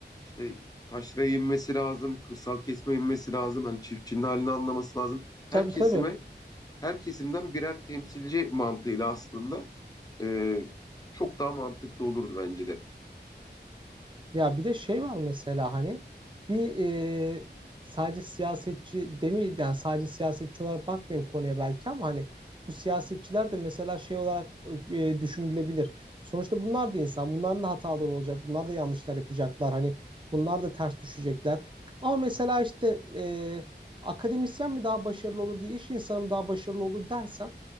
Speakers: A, on the left (about 20°); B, on the right (about 25°).
A: işte taşraya inmesi lazım, kırsal kesime inmesi lazım. Hani çiftçinin halini anlaması lazım. Her
B: Tabii
A: kesime,
B: tabii.
A: her kesimden birer temsilci mantığıyla aslında e, çok daha mantıklı olurdu bence de.
B: Ya bir de şey var mesela hani bir e, sadece siyasetçi demeyeyim yani sadece siyasetçi olarak bakmayayım konuya belki ama hani bu siyasetçiler de mesela şey olarak e, düşünülebilir. Sonuçta bunlar da insan. Bunların da hataları olacak. Bunlar da yanlışlar yapacaklar. Hani bunlar da ters düşecekler. Ama mesela işte e, akademisyen mi daha başarılı olur diye iş insanı mı daha başarılı olur dersem